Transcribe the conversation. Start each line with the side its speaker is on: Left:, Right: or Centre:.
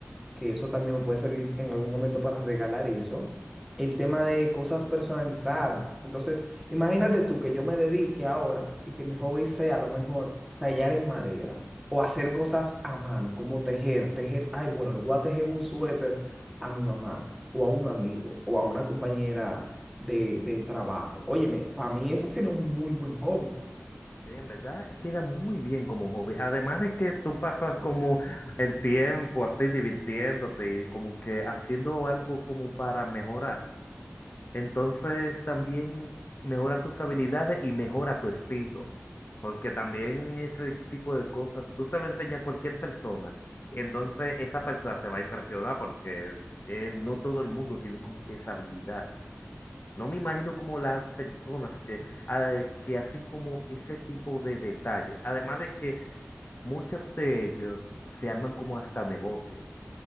Centre: que eso también me puede servir en algún momento para regalar eso. El tema de cosas personalizadas. Entonces, imagínate tú que yo me dedique ahora y que mi hobby sea a lo mejor tallar en madera o hacer cosas a mano, como tejer, tejer, ay, bueno, le voy a tejer un suéter a mi mamá o a un amigo o a una compañera de, del trabajo. Óyeme, para mí ese sería un muy buen hobby.
Left: Sí, en verdad queda muy bien como hobby. Además de que tú pasas como el tiempo así divirtiéndote y como que haciendo algo como para mejorar. Entonces también mejora tus habilidades y mejora tu estilo. Porque también ese tipo de cosas, tú se lo enseñas a cualquier persona. Y entonces esa persona se va a impresionar porque eh, no todo el mundo tiene como que esa habilidad. No me imagino como las personas que, ah, que hacen como ese tipo de detalle. Además de que muchos de ellos se arman como hasta negocios